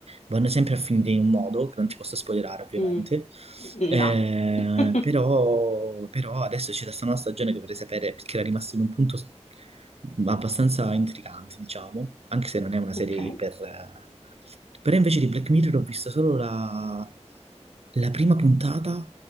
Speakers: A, on the right (about 60°); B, on the left (about 75°).
A: vanno sempre a finire in un modo, che non ti posso spoilerare ovviamente,
B: Mm, no.
A: eh,
B: <laughs>
A: però, però adesso c'è questa nuova stagione che vorrei sapere perché era rimasta in un punto s- abbastanza intrigante, diciamo, anche se non è una serie
B: Ok,
A: iper... eh, però invece di Black Mirror ho visto solo la, la prima puntata